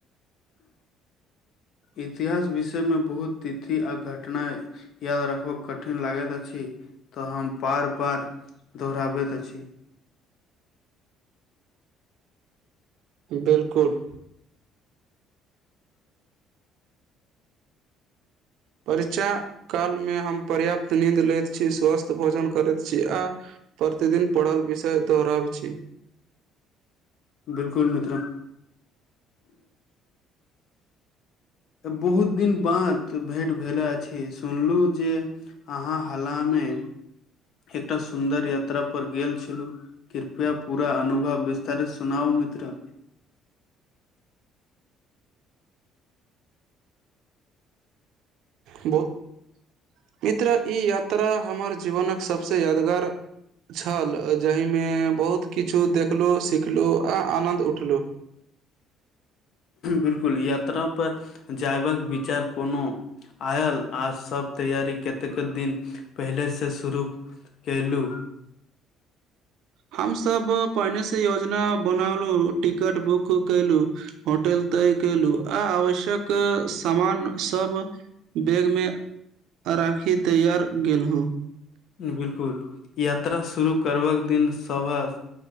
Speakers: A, on the left; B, on the right.
A: इतिहास विषयमे बहुत तिथि आ घटना याद रखबो कठिन लागैत अछि तऽ हम पार पार दोहराबैत अछि
B: बिल्कुल परीचा कालमे हम पर्याप्त नीद लैत छी स्वस्थ भोजन करैत छी आ प्रतिदिन पढ़ल विषय दोहराबैत
A: बिलकुल मित्र बहुत दिन बाद भेट भेले अछि सुनलहुँ जे अहाँ हालामे एकटा सुन्दर यात्रा पर गेल छलू कृपया पूरा अनुभव विस्तार सुनाउ मित्र
B: मित्रा ई यात्रा हमर जीवनक सभसँ यादगार छल जाहिमे बहुत किछु देखलहु सिखलहु आ आनंन्द उठलहुँ
A: बिल्कुल यात्रापर जयबाक विचार कोनो आयल आ सभ तैयरी कतेक दिन पहिलेसँ शुरू केलू
B: हम सब पहिने से योजना बनलु टिकट बुक केलु होटल तय केलहु आ आवश्यक सामान सब बैगमे राखी तैयार गेलू
A: बिलकुल यात्रा शुरू करबाकक दिन सबह